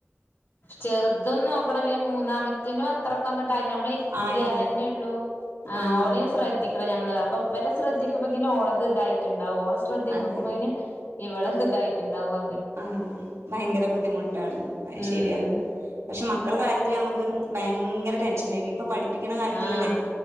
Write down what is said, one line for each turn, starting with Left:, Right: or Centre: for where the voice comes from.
Left: ചെറുതും നോക്കണംപിന്നെ മൂന്നാമത്തെനും അത്രക്ക് അങ്ങോട്ട് നമ്മള് ഇരുത്തിയാലേന്നെള്ളൂ
Right: ആയിട്ടില്ല
Left: ആ
Right: ആഹ്
Left: ഓലയിന്ന് ശ്രദ്ധി ഞാമ്മള് അപ്പോൾ ഇവരെ ശ്രദ്ധിക്കുബോ ഓളത് ഇതായിട്ടുണ്ടാകും ഓള് ശ്രദ്ധ ഇമ്മക്കും
Right: അതെ
Left: അങ്ങനെ ഇവളെ സുഖയിട്ട് ഉണ്ടാകുവാ
Right: ആ ഭയങ്കര ബുദ്ധിമുട്ടാണ് ആയിശേ-
Left: ഉം
Right: പക്ഷെ മക്കളെ കാര്യത്തില് നമ്മക്ക് ഭയെങ്കര ടെൻഷനേയ്ക്കും. ഇപ്പ പഠിപ്പിക്ക്ണ കാര്യത്തിലെന്നെ
Left: ആഹ്